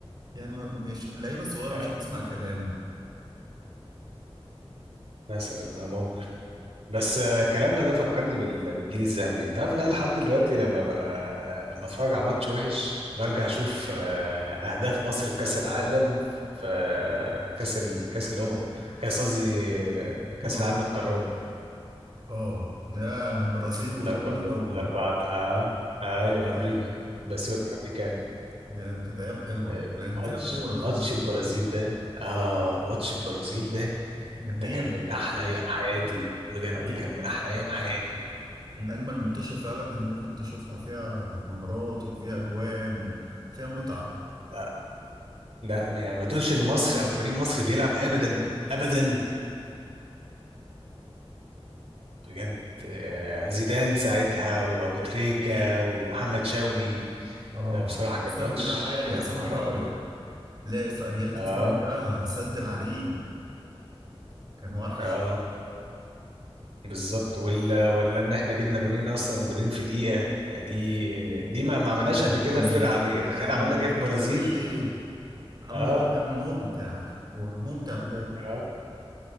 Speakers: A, on the right; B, on the right.
A: يعني ما- مش اللعيبه الصغيره
B: آه،
A: مش هتسمع كلامه
B: مثلا اه ممكن بس آه، كلامنا ده فكرني بال- بالجيل الذهبي انت عارف ان انا لحد دلوقتي لما ب... آه، لما اتفرج على ماتش وحش برجع اشوف آه، اهداف مصر في كاس العالم في آه، كاس ال... كاس الامم كاس قصدي آه،
A: هم
B: كاس
A: أفريقيا.
B: العالم للقارات
A: اه يا برازيل وايطاليا
B: الاربعه
A: و
B: الاربعه اه آه، ايوه
A: كلام
B: امريكا بس يبقى بكام
A: يعني كانت ايام حلوه
B: آه،
A: كانت فيها
B: ماتش
A: كوره في
B: ماتش
A: مصر
B: البرازيل ده اه ماتش البرازيل ده
A: جميل
B: ده كان من احلى ايام حياتي بجد
A: حقيقي
B: كان من احلى ايام حياتي
A: من اجمل الماتشات فعلا اللي ممكن تشوفها فيها مهارات وفيها اجوان فيها متعه
B: آه لا ما- يعني ما تقولش ان مصر او فريق مصري بيلعب ابدا ابدا بجد آه زيدان ساعتها وابو تريكة ومحمد شوقي
A: اه
B: لا بصراحة كان
A: السد
B: ماتش
A: العالي
B: يا
A: عصام
B: نهار
A: الحضري
B: ابيض
A: لا في اجيال كتير
B: اه
A: ده سد العرين كان وحش
B: اه بالظبط ولا ولا ان احنا جبنا جونين اصلا جونين في دقيقة يعني دي دي ما ما عملناش
A: طبعا
B: قبل كده
A: محمد
B: في فرقة
A: زيدان
B: عادية تخيل عملنا
A: ما
B: كده
A: اقولكش
B: في البرازيل
A: محمد
B: اه
A: زيدان ممتع وممتع بجد
B: اه